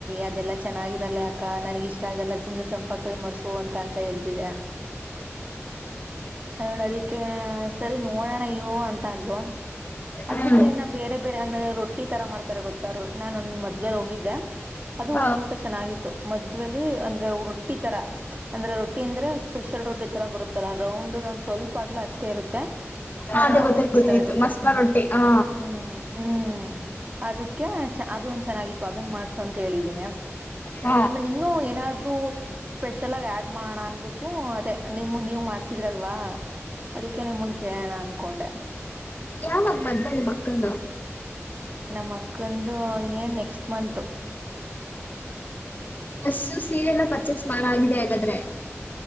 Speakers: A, on the right; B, on the left.
A: ಅದೆಲ್ಲಾ ಚೆನ್ನಾಗಿರಲ್ಲ ನನಗ ಇಷ್ಟ ಆಗಲ್ಲ ಸುಮ್ಮನೆ ಚಂಪಾಕಳಿ ಮಾಡ್ಸು ಅಂತ ಅಂತ ಹೇಳ್ತಿದೆ ಅವ್ಳು ಅದಕ್ಕೆ ಸರಿ ನೋಡೋಣ ಇರುವ ಅಂತ ಅಂದ್ಲು ಅದ್
B: ಹ್ಮ್
A: ಬಿಟ್ರೆ ಇನ್ನು ಬೇರೆ ಬೇರೆ ಅಂದ್ರ್ ರೊಟ್ಟಿ ತರ ಮಾಡ್ತಾರೆ ಗೊತ್ತಾರ ನಾನು ಒಂದ ಮದ್ವೆೇಲ್ ಹೋಗಿದ್ದೆ ಅದು
B: ಹ
A: ಒಂದ್ ಊಟ ಚೆನ್ನಾಗಿತ್ತು ಮದ್ವೆೇಲಿ ಅಂದ್ರೆ ರೊಟ್ಟಿ ತರ ಅಂದ್ರೆ ರೊಟ್ಟಿ ಅಂದ್ರೆ ಸ್ಪೆಷಲ್ ರೊಟ್ಟಿ ತರ ಬರುತ್ತಲ್ಲ ರೌಂಡ್ ಒಂದ್ ಸ್ವಲ್ಪ ಅಗ್ಲ ಅಷ್ಟೇ ಇರುತ್ತೆ
B: ಹ
A: ಮಸಾಲ
B: ಅದೇ ಗೊತ್ತಾಯ್ತು
A: ರೊಟ್ಟಿ
B: ಗೊತ್ತಾಯ್ತು
A: ಥರ ಇರುತ್ತೆ
B: ಮಸಾಲಾ ರೊಟ್ಟಿ ಹಾ
A: ಹ್ಮ್ ಹ್ಮ್ ಅದಕ್ಕೆ ಅದು ಒಂದ ಚೆನ್ನಾಗಿತ್ತು ಅದನ್ ಮಾಡ್ಸು ಅಂತ ಹೇಳಿದೀನಿ
B: ಹ
A: ಆಮೇಲೆ ಇನ್ನು ಏನಾದೂ ಸ್ಪೆಷಲ್ ಆಗ ಆಡ್ ಮಾಡೋಣ ಅನ್ಬಿಟ್ಟು ಅದೇ ನಿಮ್ಮ ನೀವು ಮಾಡ್ಸಿದ್ರಲ್ವಾ ಅದಕ್ಕೆ ನಿಮನ್ ಕೇಳೋಣ ಅನ್ಕೊಂಡೆ
B: ಯಾವಾಗ ಮದ್ವೆ ನಿಮ್ ಅಕ್ಕಂದು
A: ನಮ್ಮ ಅಕ್ಕಂದು ಇನೇನ್ ನೆಕ್ಸ್ಟ್ ಮಂತು
B: ಡ್ರೆಸ್ ಸೀರೆ ಎಲ್ಲ ಪರ್ಚೇಸ್ ಮಾಡಾಗಿದೆ ಹಾಗಾದ್ರೆ